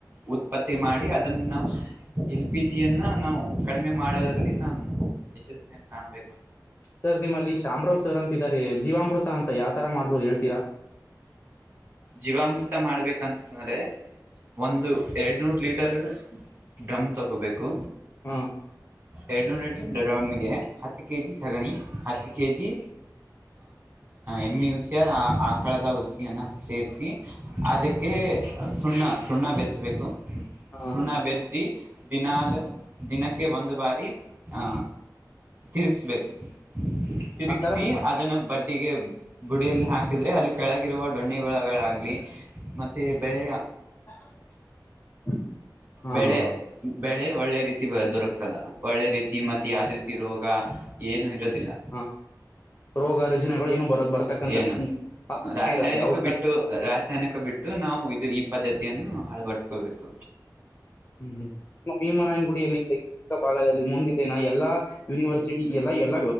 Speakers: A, on the right (about 25°); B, on the left (about 30°).
A: ಉತ್ಪತ್ತಿ ಮಾಡಿ ಅದನ್ನ ನಾವು ಎಲ್ ಪಿ ಜಿಯನ್ನ ನಾವು ಕಡಿಮೆ ಮಾಡೋದ್ರಲ್ಲಿ ನಾವು ಯಶಸ್ವಿಯನ ಕಾಣಬೇಕ
B: ಸರ್ ನಿಮ್ಮಲ್ಲಿ ಶಾಮರಾವ್ ಸರ್ ಅಂತಿದ್ದಾರೆ ಜೀವಾಮೃತ ಅಂತ ಯಾವತರ ಮಾಡ್ಬೋದು ಅಂತ ಹೇಳ್ತೀರಾ
A: ಜೀವಾಮೃತ ಮಾಡ್ಬೇಕಂತಂದ್ರೆ ಒಂದು ಎರಡ್ನೂರ್ ಲೀಟರ್ ರ್ ಡ್ರಮ್ ತಗೋಬೇಕು
B: ಹ
A: ಎರಡುನೂರು ಲೀಟರ್ ಡ್ರಮ್ಮಗೆ ಹತ್ತು ಕೆ ಜಿ ಸಗಣಿ ಹತ್ತು ಕೆ ಜಿ ಎಮ್ ಇ ಉತ್ಚಿ ಆರ್ ಆಕಳದ ಉಚ್ಚಿಯನ್ನು ಸೇರಿಸಿ ಅದಕ್ಕೆ ಸುಣ್ಣ ಸುಣ್ಣ ಬೆರೆಸಬೇಕು
B: ಹ
A: ಸುಣ್ಣ ಬೆರಸಿ ದಿನಾಲು ದಿನಕ್ಕೆ ಒಂದು ಬಾರಿ ಆ ತಿರುಗಿಸ್ಬೇಕು ತಿರುಗಸಿ
B: ನಂತರ
A: ಅದನ್ನ ಬಡ್ಡಿಗೆ ಬುಡಿಯಲ್ಲಿ ಹಾಕಿದ್ರೆ ಅಲ್ಲಿ ಕೆಳಗಿರುವ ದೊಣ್ಣಿ ಹುಳಗಳಾಗ್ಲಿ ಮತ್ತೆ ಬೆಳೆಯ
B: <unintelligible>
A: ಬೆಳೆ
B: ಹಾ
A: ಬೆಳೆ ಒಳ್ಳೆ ರೀತಿ ದೊರಕ್ತದ ಒಳ್ಳೆ ರೀತಿ ಮತ್ತೆ ಯಾವ್ದ ರೀತಿ ರೋಗ ಏನು ಇರೋದಿಲ್ಲ
B: ಹಾ ರೋಗ ರುಜಿನಗಳು ಏನು ಬರೋ ಬರ್ತಕ್ಕಂಥ
A: ಏನು
B: ಕಡಿಮೆ
A: ರಾಸಾಯನಿಕ
B: ಇರುತ್ತೆ ಅವು ತರ
A: ಬಿಟ್ಟು ರಾಸಾಯನಿಕ ಬಿಟ್ಟು ದು ನಾವು ಇದು ಈ ಪದ್ಧತಿಯನ್ನು ಅಳವಡಸ್ಕೋಬೇಕು
B: ಹ್ಮ್್ಮ್ ನಿಮ್ಮ ಭೀಮರಾಯನಗುಡಿಯಲ್ಲಿ ಶೈಕ್ಷಣಿಕ ಭಾಗದಲ್ಲಿ ಮುಂದಿದ್ದನ ಎಲ್ಲಾ ಯೂನಿವರ್ಸಿಟಿ ಎಲ್ಲ ಎಲ್ಲ